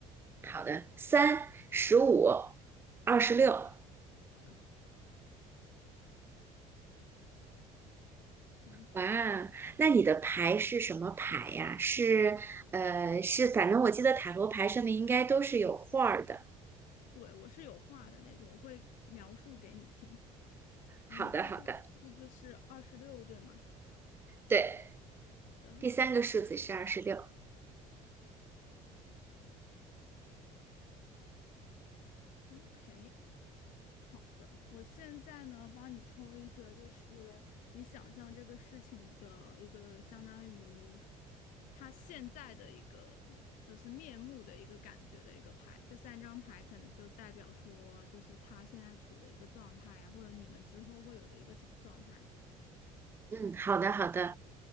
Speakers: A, on the right (about 15°); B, on the left (about 70°).
A: 好的，三十五，二十六。
B: 哦，好的。嗯，
A: 哇，那你的牌是什么牌呀？是呃，是，反正我记得塔罗牌上面应该都是有画儿的。
B: 对，我是有话的那种，我会描述给你听。啊，
A: 好的，
B: 你第三个数字是二十六，
A: 好的，
B: 对吗？
A: 对，
B: 的
A: 第三个数字是二十六。
B: ，OK。好的，我现在呢，帮你抽一个，就是你想象这个事情的一个相当于他现在的一个就是面目的一个感觉的一个牌。这三张牌可能都代表说，就是他现在处的一个状态啊，或者你们之后会有的一个什么状态。
A: 嗯，好的，好的。